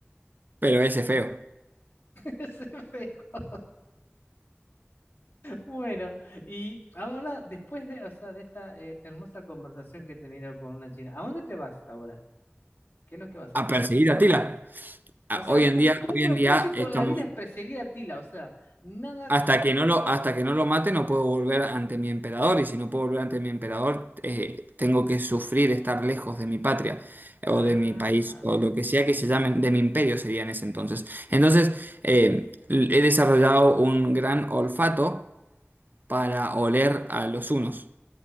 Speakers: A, on the right; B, on the left.
A: pero ese es feo.
B: <laughs> Es feo. Bueno, y ahora, después de, o sea, de esta eh, hermosa conversación que he tenido con una china, ¿a dónde te vas ahora? ¿Qué es lo que vas a hacer?
A: A perseguir a Tila. Ah,
B: O sea,
A: Hoy
B: tu,
A: en día,
B: tu
A: hoy
B: propósito
A: en día estamos...
B: en la vida es perseguir a Tila, o sea, nada,
A: Hasta que
B: otra
A: no lo,
B: cosa.
A: hasta que no lo mate, no puedo volver ante mi emperador, y si no puedo volver ante mi emperador, eh, tengo que sufrir estar lejos de mi patria, o
B: Ajá.
A: de mi país, o lo que sea que se llame, de mi imperio sería en ese entonces. Entonces, eh, he desarrollado un gran olfato para oler a los hunos.